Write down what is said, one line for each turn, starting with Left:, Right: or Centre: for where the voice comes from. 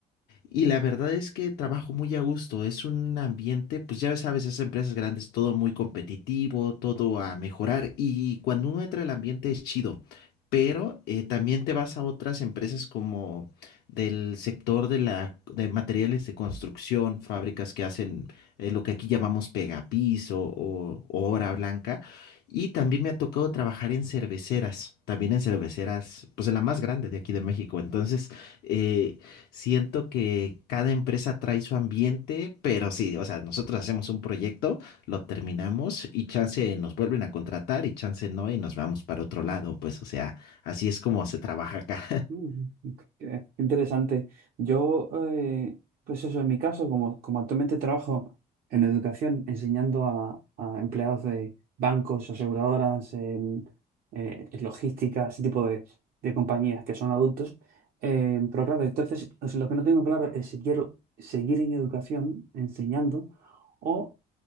Left: Y la verdad es que trabajo muy a gusto. Es un ambiente, pues ya sabes, esas empresas grandes, todo muy competitivo, todo a mejorar. Y cuando uno entra al ambiente es chido. Pero eh, también te vas a otras empresas como del sector de la, de materiales de construcción, fábricas que hacen eh, lo que aquí llamamos pegapiso o, o obra blanca. Y también me ha tocado trabajar en cerveceras, también en cerveceras, pues en la más grande de aquí de México. Entonces, eh, Siento que cada empresa trae su ambiente, pero sí, o sea, nosotros hacemos un proyecto, lo terminamos y chance nos vuelven a contratar y chance no y nos vamos para otro lado, pues, o sea, así es como se trabaja acá.
Right: Mm, ok, qué interesante. Yo, eh, pues eso, en mi caso, como, como actualmente trabajo en educación, enseñando a, a empleados de bancos, aseguradoras, em, eh, logística, ese tipo de, de compañías que son adultos. eh, pero claro, entonces, o sea, lo que no tengo claro es si quiero seguir en educación, enseñando, o